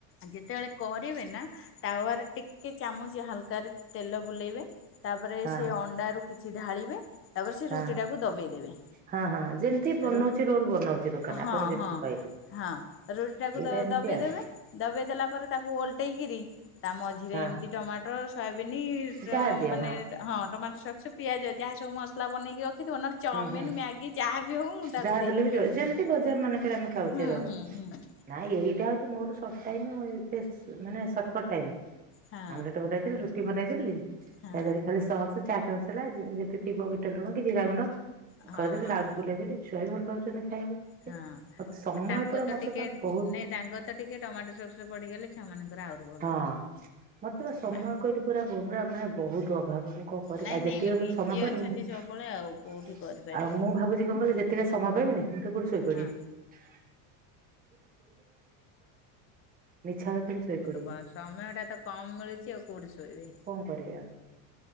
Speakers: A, on the left; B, on the right.
A: ଯେତେବେଳେ କରିବେ ନା ତାୱାର ଟିକେ ଚାମଚ ହାଲକ ରେ ତେଲ ବୁଲେଇବେ। ତାପରେ
B: ହଁ
A: ସେ ଅଣ୍ଡା ରୁ କିଛି ଢାଳିବେ ତାପରେ ସେ
B: ହଁ
A: ରୁଟି ଟାକୁ ଦବେଇ ଦେବେ।
B: ହଁ ହଁ ଯେମିତି ବନଉଛି
A: ରୁ
B: ରୋଲ ବନଉଛି ଦୋକାନ
A: ହଁ
B: ଆପଣ ଯେମିତି
A: ହଁ
B: କହିଲେ।
A: ହଁ ରୁଟି ଟାକୁ
B: ଏଇଟା ଏମିତି
A: ଦବେଇ
B: ଆଉ
A: ଦେବେ ଦବେଇ ଦେଲା ପରେ ତାକୁ ଓଲଟେଇକିରି। ତା ମଝିରେ
B: ହଁ
A: ଏମିତି ଟମାଟୋ ସୋୟବିନି
B: ଯାହା ଦିଅ
A: ମାନେ ହଁ ଟମାଟୋ ପିଆଜ ଯାହା ସବୁ ମସଲା ବନେଇକି ରଖିଥିବ ନା ଚାଉମିିନ
B: ହୁଁ ହୁଁ
A: ମ୍ୟାଗି ଯାହାବି ହଉ ମୁଁ ତାକୁ
B: ଯାହା
A: ଦେଇକି
B: ଦେଲେ ବି ଚଳିବ
A: ରଖିବି
B: ଯେମିତି ବଜାର ମାନଙ୍କରେ ଆମେ
A: ହୁଁ
B: ଖାଉଛେ
A: ହୁଁ
B: ରୋଲ
A: ହଁ।
B: ନାଇଁ ଏଇଟା ହଉଛି ମୋର <unintelligible> ଏ ମାନେ ସର୍ଟକଟ <unintelligible>
A: ହଁ
B: ଆମଲେଟ ବନେଇଦେଲି, ରୁଟି ବନେଇଦେଲି ତା
A: ହଁ
B: ଦେହରେ ଖାଲି <inaudible> <unintelligible> ବିଟ ଲୁଣ କି ଜିରା ଗୁଣ୍ଡ।
A: ହଁ
B: କରିଦେଲି
A: ହଁ
B: ରାଉଣ୍ଡ ବୁଲେଇ ଦେଲି ଛୁଆ ବି ଭଲ ପାଉଛନ୍ତି ଖାଇବାକୁ।
A: ହଁ
B: ମତେ ସମୟ
A: ତାଙ୍କର
B: ପୁରା
A: ତ
B: ମତେ
A: ଟିକେ
B: ବା ବହୁତ
A: ନାଇଁ ତାଙ୍କର ଟିକେ ଟମସସ ପଡିଗଲେ ଛୁଆ ମାନଙ୍କର ଆହୁରି ଭଲ।
B: ହଁ ମତେ ବା
A: ହେଲା।
B: ସମୟ <unintelligible> ବହୁତ ଅଭାବ। <inaudible> <unintelligible>
A: ନାଇଁ ନାଇଁ ବିଜି ଅଛନ୍ତି ସବୁବେଳେ ଆଉ କୋଉଠି କରିପାରିବି
B: ମୁଁ ଭାବୁଛି କଣ କହିଲ ଯେତି <unintelligible> ସମୟ ପାଇବିନି ମୁଁ ତ କଉଠି ଶୋଇପଡିବି
A: ହଁ।
B: <unintelligible> ମିଛ ରେ ଖାଲି ଶୋଇ ପଡିବି।
A: ବାସ ସମୟ ଟା ତ କମ ମିଳୁଛି ଆଉ କୋଉଠି ଶୋଇବି।
B: କଣ କରିବା?